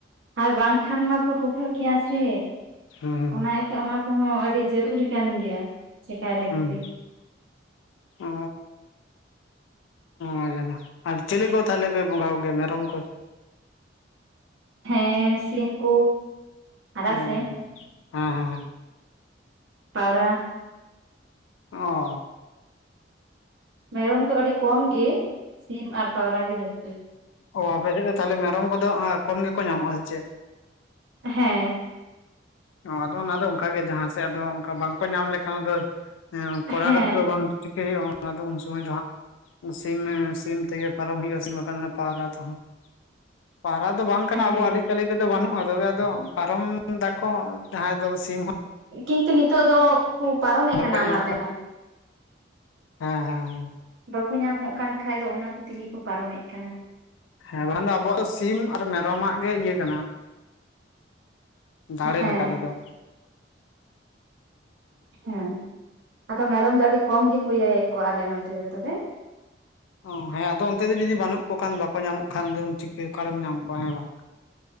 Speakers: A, on the right; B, on the left.
A: ᱟᱨ ᱵᱟᱝ ᱠᱷᱟᱱ ᱢᱟᱠᱚ ᱨᱩᱢᱩᱜ ᱜᱮᱭᱟ ᱥᱮ᱾
B: ᱦᱩᱸ, ᱦᱩᱸ᱾
A: ᱚᱱᱟ ᱮᱱᱛᱮ ᱚᱱᱟ ᱠᱚᱦᱚᱸ ᱟᱹᱰᱤ ᱡᱟᱹᱨᱩᱲᱤ ᱠᱟᱱ ᱜᱮᱭᱟ᱾ ᱪᱮᱠᱟᱭ ᱞᱟᱹᱠᱛᱤ
B: ᱦᱩᱸ ᱚ᱾ ᱚ ᱡᱟᱞᱟ ᱟᱨ ᱪᱮᱞᱮ ᱠᱚ ᱛᱷᱟᱞᱮ ᱯᱮ ᱵᱚᱸᱜᱟ ᱠᱚ ᱜᱮᱭᱟ ᱢᱮᱨᱚᱢ ᱠᱚ?
A: ᱦᱮᱸ ᱥᱤᱢ ᱠᱚ᱾ ᱟᱨᱟᱜ
B: ᱚ ᱦᱚ,
A: ᱥᱤᱢ
B: ᱦᱚᱸ, ᱦᱚᱸ᱾
A: ᱯᱟᱣᱨᱟ᱾
B: ᱚ᱾
A: ᱢᱮᱨᱚᱢ ᱫᱚ ᱟᱹᱰᱤ ᱠᱚᱢ ᱜᱮ ᱥᱤᱢ ᱟᱨ ᱯᱟᱣᱨᱟ ᱜᱮ ᱡᱟᱹᱥ
B: ᱚ ᱟᱯᱮ ᱥᱮᱫ ᱫᱚ ᱛᱟᱞᱦᱮ ᱢᱮᱨᱚᱢ ᱠᱚᱫᱚ ᱠᱚᱢ ᱜᱮᱠᱚ ᱧᱟᱢᱚᱜᱼᱟ ᱥᱮ ᱪᱮᱫ?
A: ᱦᱮᱸ᱾
B: ᱚ ᱟᱫᱚ ᱚᱱᱟ ᱫᱚ ᱚᱱᱠᱟ ᱜᱮ ᱡᱟᱦᱟ ᱥᱮᱫ ᱟᱫᱚ ᱚᱱᱠᱟ ᱵᱟᱝ ᱠᱚ ᱧᱟᱢ ᱞᱮᱠᱷᱟᱱ ᱟᱫᱚ ᱠᱚᱨᱟᱣ
A: ᱦᱮᱸ
B: ᱨᱮᱫᱚ ᱵᱟᱝ ᱪᱤᱠᱟᱹᱭ ᱦᱳᱭᱳᱜᱼᱟ ᱚᱱᱟᱫᱚ ᱩᱱ ᱥᱚᱢᱚᱭ ᱫᱚ ᱦᱟᱸᱜ ᱥᱤᱢ ᱥᱤᱢ ᱛᱮᱜᱮ ᱯᱟᱨᱚᱢ ᱦᱩᱭᱩᱜᱼᱟ ᱥᱤᱢ ᱵᱟᱝᱠᱷᱟᱱ ᱚᱱᱟ ᱯᱟᱣᱨᱟ ᱛᱮᱦᱚᱸ, ᱯᱟᱣᱨᱟ ᱫᱚ ᱵᱟᱝ ᱠᱟᱱᱟ
A: ᱦᱮᱸ
B: ᱟᱵᱚᱣᱟᱜ ᱟᱹᱨᱤ ᱪᱟᱹᱞᱤ᱾ ᱵᱟᱹᱱᱩᱜ-ᱟ ᱛᱚᱵᱮ ᱟᱫᱚ ᱯᱟᱨᱚᱢ ᱫᱟᱠᱚ ᱡᱟᱦᱟᱭ ᱫᱚ ᱥᱤᱢ ᱦᱚᱸ
A: ᱠᱤᱱᱛᱩ ᱱᱤᱛᱳᱜ ᱫᱚᱠᱚ ᱯᱟᱨᱚᱢ ᱮᱜ
B: ᱵᱟᱠᱚ
A: ᱠᱟᱱᱟ
B: ᱧᱟᱢᱚᱜ
A: ᱚᱱᱟ ᱛᱮᱦᱚᱸ᱾
B: ᱦᱮᱸ ᱦᱮᱸ ᱦᱮᱸ
A: ᱵᱟᱠᱚ ᱧᱟᱢᱚᱜ ᱠᱟᱱ ᱠᱷᱟᱡ ᱫᱚ ᱚᱱᱟ ᱠᱚ ᱛᱮᱜᱮ ᱠᱚ ᱯᱟᱨᱚᱢ ᱮᱜ ᱠᱟᱱᱟ᱾
B: ᱦᱮᱸ ᱵᱟ ᱠᱷᱟᱱ ᱫᱚ ᱟᱵᱚᱣᱟᱜ ᱫᱚ ᱥᱤᱢ ᱟᱨ ᱢᱮᱨᱚᱢᱟᱜ ᱜᱮ ᱤᱭᱟᱹ ᱠᱟᱱᱟ᱾ ᱫᱟᱲᱮ
A: ᱦᱮᱸ
B: ᱞᱮᱠᱟᱛᱮ ᱫᱚ᱾
A: ᱦᱮᱸ ᱟᱫᱚ ᱢᱮᱨᱚᱢ ᱫᱚ ᱟᱹᱰᱤ ᱠᱚᱢ ᱜᱮᱠᱚ ᱤᱭᱟᱹᱭᱮᱜ ᱠᱚᱣᱟ ᱟᱞᱮ ᱱᱚᱛᱮ ᱫᱚ ᱛᱚᱵᱮ᱾
B: ᱚ ᱦᱮᱸ ᱟᱫᱚ ᱚᱱᱛᱮ ᱫᱚ ᱡᱩᱫᱤ ᱵᱟᱹᱱᱩᱜ ᱠᱚ ᱠᱷᱟᱱ ᱵᱟᱠᱚ ᱧᱟᱢᱚᱜ ᱠᱷᱟᱱ ᱟᱫᱚᱢ ᱪᱤᱠᱟᱹ ᱚᱠᱟᱨᱮᱢ ᱧᱟᱢ ᱠᱚᱣᱟ ᱦᱮᱸ ᱵᱟᱝ᱾